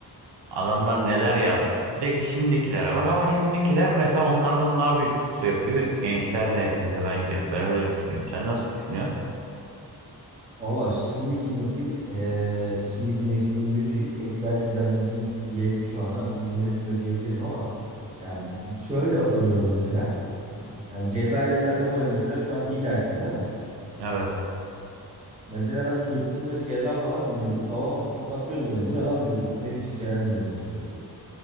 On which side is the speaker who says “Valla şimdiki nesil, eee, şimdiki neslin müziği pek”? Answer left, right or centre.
Right